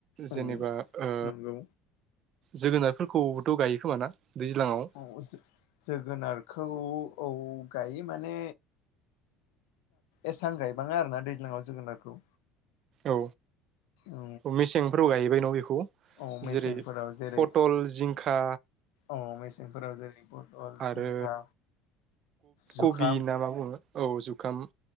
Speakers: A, on the left; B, on the right.
A: उम
B: जेनेबा ओ।
A: नंगौ
B: जोगोनारफोरखौबोथ' गायो खोमाना। दैज्लाङाव।
A: औ जोगोनारखौ औ गायो माने एसां गायबाङा आरोना दैज्लांयाव जोगोनारखौ
B: औ।
A: औ
B: मेसेंफोराव गायबाय न' बेखौ
A: औ मेसेंफोराव
B: जेरै
A: जेरै
B: पथल जिंखा
A: औ मेसेंफोराव जेरै पटल जिंखा
B: आरो।
A: जुखाम
B: कबि ना मा बुङो औ जु खाम!